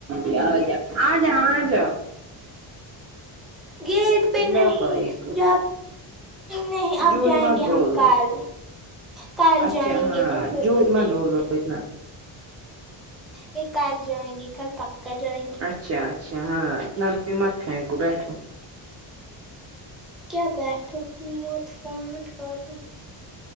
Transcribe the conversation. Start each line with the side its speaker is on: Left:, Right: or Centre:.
Right: جا آ جا
Centre: گیٹ پہ نہیں
Right: لبیک
Centre: جب نہیں اب
Right: جھوٹ
Centre: جائیں
Right: مت
Centre: گے
Right: بولو
Centre: ہم کل کل
Right: اچھا
Centre: جائیں
Right: ہاں
Centre: گے تو پھر
Right: جھوٹ
Centre: وہ بھیج
Right: مت بولو
Centre: دیں
Right: اتنا
Centre: یہ کل جائیں گی کل پکا جائیں گی
Right: اچھا اچھا ہاں اتنا مت ہے کو بیٹھو
Centre: کیا بیٹھو کی موت فامٹ کاٹون